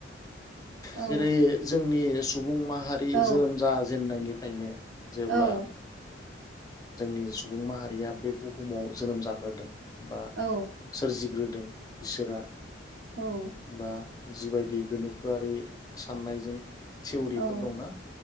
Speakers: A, on the right; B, on the left.
A: औ
B: जेरै- जोंनि सुबुं माहारि
A: औ
B: जोनोम जाजेननायनि फ्रायनो जेब्ला
A: औ
B: जोंनि सुबुं माहारिया बे बुहुमाव जोनोम जाग्रोदों बा
A: औ
B: सोरजिग्रो इसोरा
A: औ
B: बा जिबायदि गोनोखोआरि साननायजों थिवरिफोर
A: औ
B: दंना